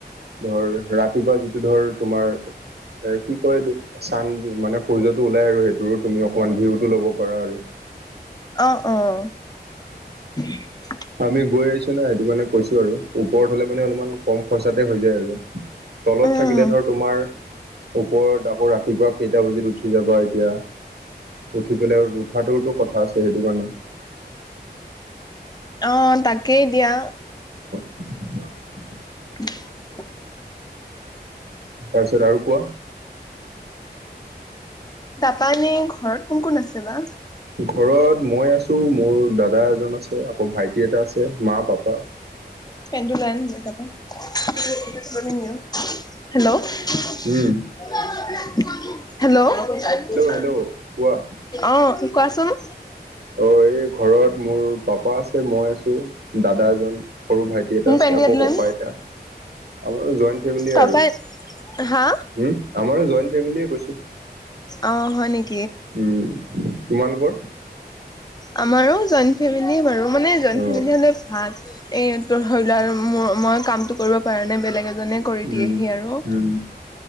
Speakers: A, on the right (about 70°); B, on the left (about 25°).
A: ধৰ ৰাতিপুৱা যি ধৰ তোমাৰ এ কি কয় এইটো? চান মানে সূৰ্যটো ওলাই আৰু সেইটোৰ তুমি ওৱান ভিউটো ল'ব পাৰা আৰু।
B: অ অ <unintelligible>
A: আমি গৈ আহিছো না সেইটো কাৰণে কৈছো আৰু। ওপৰত হ'লে মানে অলপমান কম খৰচাতে হৈ যায় আৰু। তলত
B: উম
A: থাকিলে ধৰ তোমাৰ ওপৰত আ আকৌ ৰাতিপুৱা কেইটা বাজিত উঠি যাবা এতিয়া? উঠি পেলাই আৰু উঠাটোওটো কথা আছে সেইটো কাৰণে।
B: অ, তাকেই দিয়া।
A: <unintelligible>
B: <inaudible>
A: তাৰপিছত আৰু কোৱা।
B: মানে ঘৰত কোন-কোন আছে বা?
A: ঘৰত মই আছো মোৰ দাদা এজন আছে, আকৌ ভাইটি এটা আছে, মা-পাপা
B: পেনটো লৈ আন‌ তাৰপা <unintelligible> হেল্ল' <unintelligible>
A: উম
B: হেল্ল',
A: হেল্ল' কোৱা
B: অ কোৱাচোন।
A: অ এই ঘৰত মোৰ পাপা আছে, মই আছো, দাদা এজন, সৰু ভাই ভাইটি এটা
B: মোৰ
A: আছে
B: পেনটো
A: আকৌ
B: ইয়াত
A: ককা,
B: লৈ আন।
A: আইতা। আমাৰো জইণ্ট ফেমিল
B: তাৰপা
A: আৰু
B: হা
A: হু আমাৰো জইট ফেমিলিয়ে কৈছো।
B: অ হয় নেক
A: উম, তোমালোকৰ?
B: আমাৰো জইণ্ট <unintelligible> মানে ভাল।
A: অ
B: এ তোৰ ধৰি লোৱা আৰু ম মই কামটো কৰিব পাৰা নাই, বেলেগ এজনে কৰি
A: উম
B: দিয়েহি আৰু।
A: উম